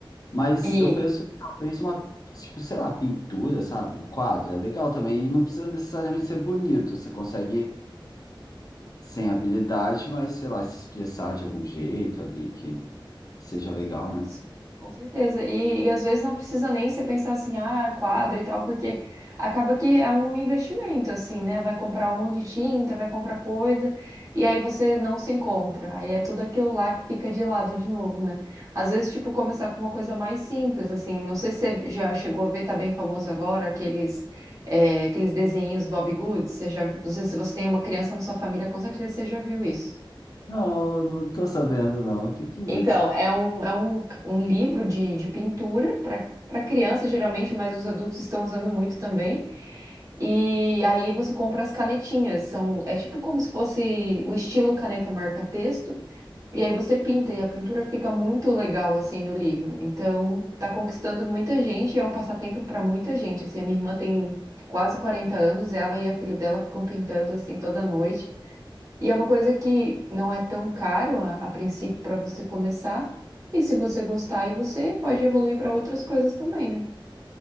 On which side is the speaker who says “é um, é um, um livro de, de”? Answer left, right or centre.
Right